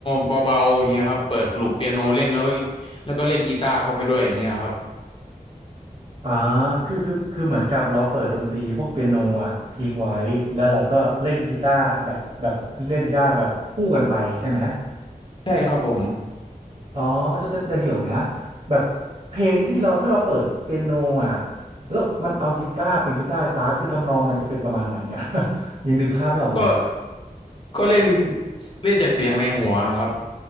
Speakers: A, on the left; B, on the right.
A: เบาๆอย่างเงี้ยครับเปิดลูปเปียโนเล่นแล้วแล้วก็เล่นกีตาร์เข้าไปด้วยอย่างเงี้ยครับ
B: อ่าคือคือคือเหมือนกับเราเปิดดนตรีพวกเปียโนอ่ะทิ้งไว้ แล้วเราก็เล่นกีตาร์แบบแบบเล่นกีตาร์แบบคู่กันไปใช่ไหม
A: ใช่ครับผม
B: อ๋อแต่แต่แต่เดี๋ยวนะแบบเพลงที่เราถ้าเราเปิดเปียโนอ่ะแล้วมันเอากีตาร์เป็นกีตาร์ไฟฟ้าคือทำนองมันจะเป็นประมาณไหนเนี่ย <laughs> ยังนึกภาพไม่ออกเลยอ่ะ
A: ก็ก็เล่นเล่นจากเสียงในหัวครับ